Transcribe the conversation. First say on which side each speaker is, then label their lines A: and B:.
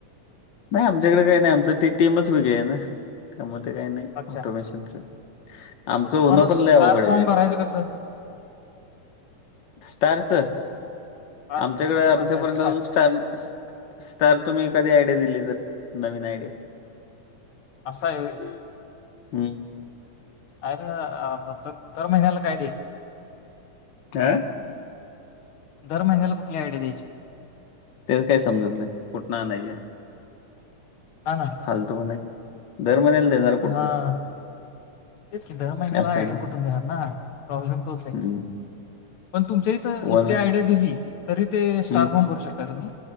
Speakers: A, on the left; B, on the left.
A: नाही आमच्याकडे काही नाही, आमच ते टीमच वेगळी हाय ना, त्यामध्ये काही नाही
B: अच्छा.
A: ऑटोमेशनच. आमचं
B: मग तुम्हाला
A: होनं पण
B: स्टार
A: लय आवघड
B: फॉर्म
A: हाय ते.
B: भरायचं कसं?
A: स्टारच,
B: हां,
A: आमच्याकडे
B: तुम्ही कसं
A: आमच्या
B: भरताय
A: पर्यंत
B: मग
A: अजून स्टार स्टार तुम्ही एखादी आयडिया दिली तर, नवीन आयडिया.
B: आसं हाय व्हय.
A: हू.
B: आर आ म दर महिन्याला काय द्यायचं?
A: काय?
B: दर महिन्याला कुठली आयडीया द्यायची?
A: तेच काय समजत नाही. कुठन आणायच्या
B: हां ना.
A: फालतू पणा. दर महिन्याला देणार कुठनं
B: हा. तेच की, दर महिन्याला
A: असं
B: आयडिया
A: आहे ना
B: कुटून देणार ना? प्रॉब्लेम तोच हाय.
A: हम्म.
B: पण तुमच्या इथ
A: वन
B: नुसती आयडिया दिली, तरी ते स्टार
A: हम्म.
B: फॉर्म भरू शकताय तुम्ही.